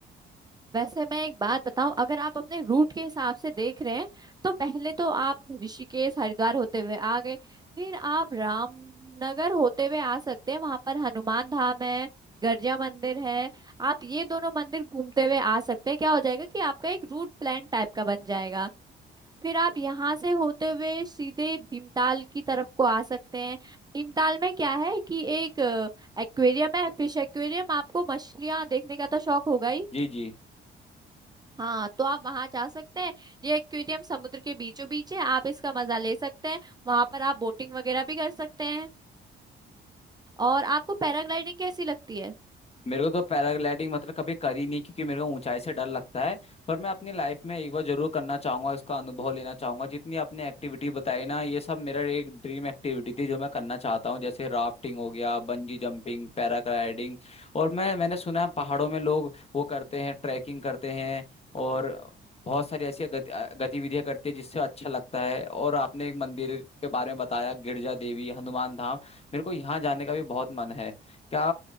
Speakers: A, on the right (about 20°); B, on the left (about 30°).
A: वैसे मैं एक बात बताऊं अगर आप अपने रूट के हिसाब से देख रहे हैं तो पहले तो आप ऋषिकेश हरिद्वार होते हुए आ गए फिर आप रामनगर होते हुए आ सकते हैं वहां पर हनुमान धाम है गर्जिया मंदिर है आप ये दोनों मंदिर घूमते हुए आ सकते हैं क्या हो जाएगा कि आपका एक रूट प्लान टाइप का बन जाएगा फिर आप यहाँ से होते हुए सीधे भीमताल की तरफ को आ सकते हैं भीमताल में क्या है कि एक एक्वेरियम है फिश एक्वेरियम आपको मछलियां देखने का तो शौक होगा ही
B: जी जी
A: हाँ तो आप वहां जा सकते हैं ये एक्वेरियम समुद्र के बीचों बीच है आप इसका मजा ले सकते हैं वहां पर आप बोटिंग वगैरह भी कर सकते हैं और आपको पैराग्लाइडिंग कैसी लगती है
B: मेरे को तो पैराग्लाइडिंग मतलब कभी करी नहीं क्योंकि मेरे को ऊंचाई से डर लगता है पर मैं अपनी लाइफ में एक बार जरूर करना चाहूंगा इसका अनुभव लेना चाहूंगा जितनी आपने एक्टिविटी बताई ना ये सब मेरा एक ड्रीम एक्टिविटी थी जो मैं करना चाहता हूँ जैसे राफ्टिंग हो गया बंजी जंपिंग पैराग्लाइडिंग और मैं मैंने सुना है पहाड़ों में लोग वो करते हैं ट्रैकिंग करते हैं और बहुत सारी ऐसी गति, गतिविधियां करती है जिससे अच्छा लगता है और आपने एक मंदिर के बारे में बताया गिरजा देवी हनुमान धाम मेरे को यहाँ जाने का भी बहुत मन है क्या